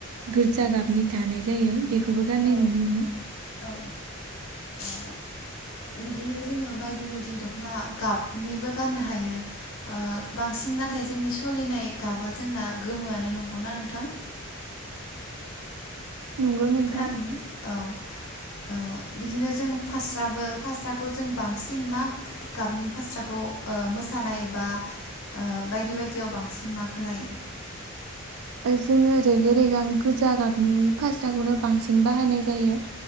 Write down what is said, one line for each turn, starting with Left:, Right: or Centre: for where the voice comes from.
Right: गोजा गाबनि दानाय जायो बे खौबो गाननाय
Left: औ
Right: नुनो
Left: नंगौ
Right: मोनो
Left: औ ओ बिदिनो जोङो बायदि बायदि दखना गाबनिबो गाननो हायो ओ बांसिन नाथाय जोंनि सोलिनाय गाबा जोंना गोमोआनो नंगौना नोंथां
Right: नंगौ नोंथां
Left: खोनादोंना औ ओ बिदिनो जों फास्राबो फास्राखौ जों बांसिन मा गाबनि फास्राखौ ओ मोसानाय एबा ओ बायदि बायदियाव बांसिन माखो लायो
Right: ओ जोङो रेगे रेगां गोजा गाबनि फास्राखौनो बांसिन बाहायनाय जायो